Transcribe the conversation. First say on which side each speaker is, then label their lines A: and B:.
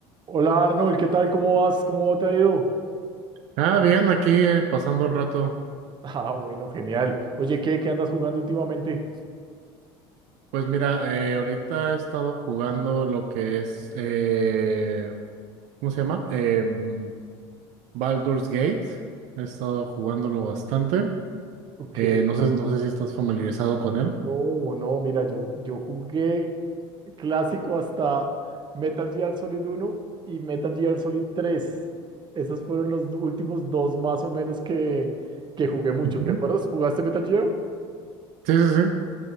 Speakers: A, on the right (about 35°); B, on the right (about 65°).
A: Hola Arnold, ¿qué tal? ¿Cómo vas? ¿Cómo te ha ido? <laughs>
B: Ah, bien, aquí eh, pasando el rato.
A: Ah, bueno, genial. Oye, ¿qué, qué andas jugando últimamente?
B: Pues mira, eh, ahorita he estado jugando lo que es, eh, ¿cómo se llama? Em, Baldur's Gate. He estado jugándolo
A: Eh,
B: bastante.
A: Ok.
B: Eh, no sé, no sé si estás familiarizado con él.
A: No, no, mira, yo, yo jugué clásico hasta Metal Gear Solid uno y Metal Gear Solid tres. Esos fueron los últimos dos más o menos que, que jugué mucho.
B: Ujú.
A: ¿Te acuerdas? ¿Jugaste Metal Gear?
B: Sí, sí, sí.